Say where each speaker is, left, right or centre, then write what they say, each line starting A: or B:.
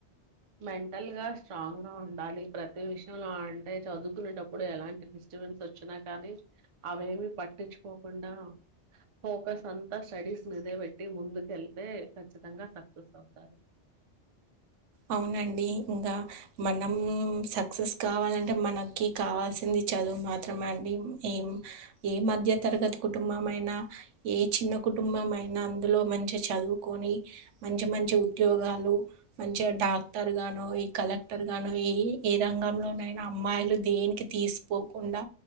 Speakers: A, on the right; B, on the right.
A: మెంటల్ గా స్ట్రాంగ్గా ఉండాలి ప్రతి విషయంలో అంటే చదువుకునేటప్పుడు ఎలాంటి డిస్టబెన్స్ వచ్చినా కానీ అవేమి పట్టించుకోకుండా ఫోకస్ అంతా స్టడీస్ మీదే పెట్టి ముందుకెళ్తే ఖచ్చితంగా సక్సెస్ అవుతారు
B: అవునండి ఇంకా మనం సక్సెస్ కావాలంటే మనకి కావాల్సింది చదువు మాత్రమే అండి ఏం ఏ మధ్య తరగతి కుటుంబం అయినా ఏ చిన్న కుటుంబం అయినా అందులో మంచిగా చదువుకొని మంచి మంచి ఉద్యోగాలు మంచిగా డాక్టర్ గానో ఈ కలెక్టర్ గానో ఏ ఏ రంగంలో ఉనైనా అమ్మాయిలు దేనికి తీసిపోకుండా